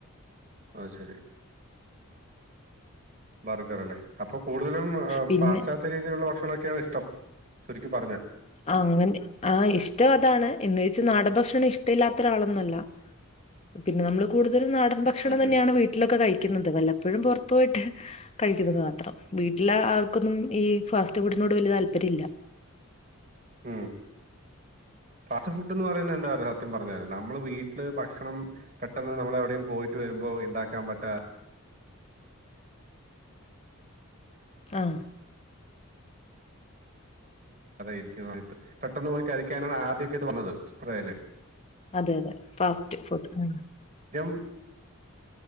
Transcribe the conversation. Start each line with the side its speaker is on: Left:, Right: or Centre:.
Right: ആഹ് ശരി ബർഗറല്ലേ അപ്പൊ കൂടുതലും ആഹ്
Left: പിന്നെ
Right: പാശ്ചാത്യ രീതിയിലുള്ള ഭക്ഷണൊക്കെയാണ് ഇഷ്ടം ചുരുക്കി പറഞ്ഞ
Left: ആഹ് അങ്ങനെ ആഹ് ഇഷ്ടം അതാണ് എന്ന് വെച്ച് നാടൻ ഭക്ഷണം ഇഷ്ടല്ലാത്ത ഒരാളൊന്നും അല്ല പിന്ന നമ്മള് കൂടുതലും നാടൻ ഭക്ഷണം
Right: അത്
Left: തന്നെയാണ്
Right: ശരി
Left: വീട്ടിലൊക്ക കഴിക്കുന്നത് വല്ലപ്പഴും പൊറത്തു പോയിട്ട് കഴിക്കുന്നത് മാത്രം വീട്ടിലാ ആർക്കൊന്നും ഈ ഫാസ്റ്റ് ഫുഡിനോട് വല്യ താല്പര്യയില്ല
Right: ഉം ഫാസ്റ്റ് ഫുഡെന്ന് പറയുന്ന എന്താറിയോ സത്യം പറഞാല് നമ്മള് വീട്ടില് ഭക്ഷണം പെട്ടെന്ന് നമ്മളെവിടെയും പോയിട്ട് വരുമ്പോ ഇണ്ടാക്കാൻ പറ്റാ
Left: ആഹ്
Right: അതായിരിക്കും സമയത്ത് പെട്ടെന്ന് പോയി കഴിക്കാനാണ് ആദ്യോക്കെ ഇത് വന്നത് മനസ്സിലായില്ലേ?
Left: അതെ അതെ ഫാസ്റ്റ് ഫുഡ് ആഹ്
Right: ജം